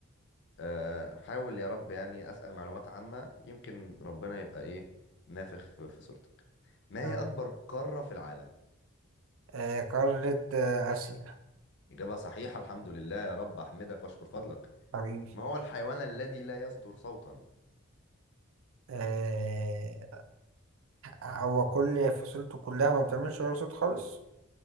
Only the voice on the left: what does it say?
أه حاول يا رب يعني أسأل معلومات عامة يمكن ربنا يبقى إيه نافخ في, في صورتك ما
هي أكبر قارة في العالم؟
إجابة صحيحة الحمد لله يا رب أحمدك وأشكر فضلك
ما هو الحيوان الذي لا يصدر صوتا؟